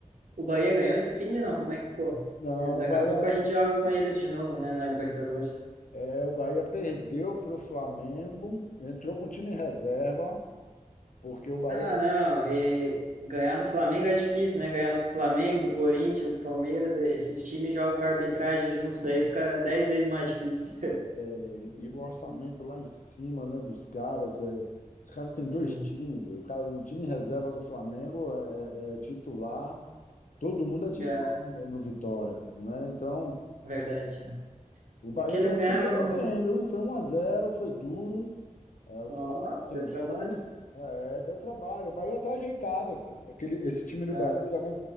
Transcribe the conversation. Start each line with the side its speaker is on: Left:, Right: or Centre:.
Right: o Bahia ganhou esse fim de não, como é que ficou?
Left: Não,
Right: É, Daqui
Left: o Bahia,
Right: a pouco a gente joga com eles de novo, né, na Libertadores.
Left: é, o Bahia perdeu para o Flamengo, entrou com o time em reserva, porque o Bahia
Right: Ah, não, e ganhar do Flamengo é difícil, né? Ganhar do Flamengo, do Corinthians, do Palmeiras, e- esses times jogam com a arbitragem junto, daí fica dez vezes mais difícil.
Left: é, e o orçamento
Right: <laughs>
Left: lá em cima, né, dos caras. É, os caras têm
Right: Sim,
Left: dois times. O, cara, o time em reserva do Flamengo é, é é titular, todo mundo é titular
Right: é
Left: no no Vitória, né? Então,
Right: verdade. né?
Left: o Bahia
Right: É que eles
Left: parece
Right: ganharam.
Left: que jogou bem, viu? Foi um a zero foi duro, É, o
Right: Ó,
Left: Flamengo tentou,
Right: deu trabalho.
Left: é, deu trabalho. O Bahia tá ajeitado, rapaz. Aquele, esse time
Right: Tá.
Left: do Bahia já vão,